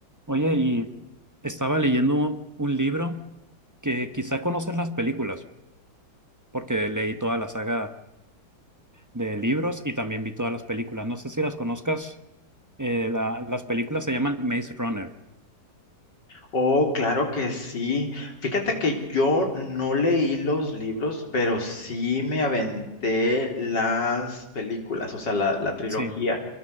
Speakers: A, on the right; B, on the left.
A: Oye, y estaba leyendo un, un libro que quizá conoces las películas, porque leí toda la saga de libros y también vi todas las películas. No sé si las conozcas. Eh, la- las películas se llaman Maze Runner.
B: Oh, claro que sí. Fíjate que yo no leí los libros, pero sí me aventé las películas, o sea, la, la trilogía.
A: Sí.